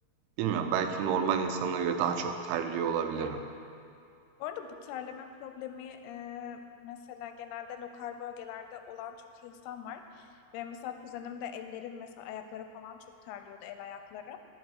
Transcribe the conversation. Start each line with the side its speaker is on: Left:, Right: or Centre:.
Right: bilmiyorum belki normal insanlara göre daha çok terliyor olabilirim.
Left: Bu arada bu terleme problemi e, mesela genelde lokal bölgelerde olan çok insan var. Benim mesela kuzenim de ellerim mesela ayakları falan çok terliyordu el ayakları.